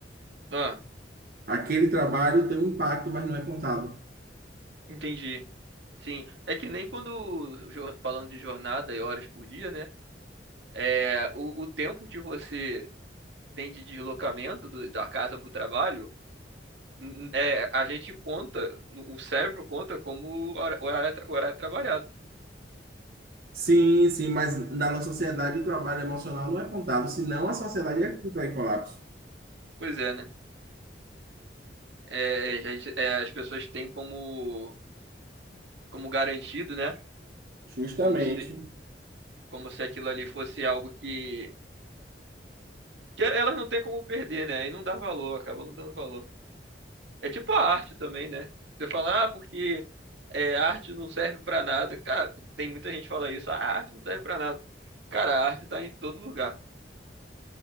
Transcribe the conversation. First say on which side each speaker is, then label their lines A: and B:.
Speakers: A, on the right (about 85°); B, on the right (about 55°).
A: Ah,
B: Aquele trabalho tem um impacto, mas não é contado.
A: entendi. Sim, é que nem quando, jo- falando de jornada e horas por dia, né? É, o, o tempo que você tem de deslocamento do- da casa para o trabalho, n- é, a gente conta, no- o cérebro conta como hora- horário, tra- horário trabalhado.
B: Sim, sim, mas na nossa sociedade o trabalho emocional não é contado, senão a sociedade é que em colapso.
A: Pois é, né? É, a gente, é, as pessoas têm como, como garantido, né?
B: Justamente.
A: Como se, como se aquilo ali fosse algo que Que elas não têm como perder, né? Aí não dá valor, acaba não dando valor. É tipo a arte também, né? Você fala, ah, porque é, arte não serve pra nada. Cara, tem muita gente que fala isso. Ah, a arte não serve pra nada. Cara, a arte tá em todo lugar.